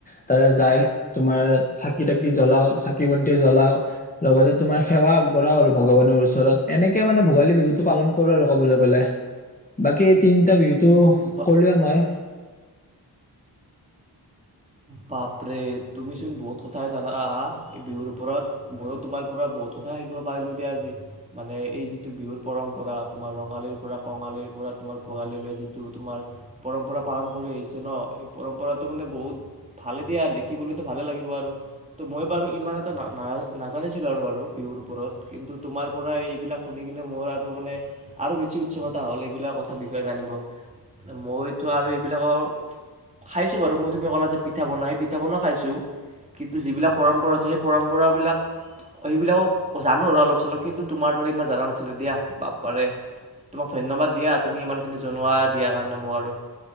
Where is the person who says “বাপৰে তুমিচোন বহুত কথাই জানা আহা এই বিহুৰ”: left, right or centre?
Right